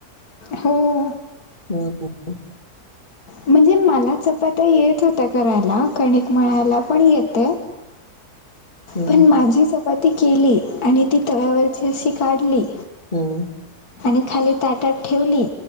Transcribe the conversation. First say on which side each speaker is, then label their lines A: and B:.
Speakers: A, on the left (about 75°); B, on the left (about 30°).
A: हो
B: हम्म हम्म
A: म्हणजे मला चपात्या येत होत्या करायला कणिक मळायला पण येत.
B: हम्म
A: पण माझी चपाती केली आणि ती तव्यावरची अशी काढली.
B: हम्म.
A: आणि खाली ताटात ठेवली.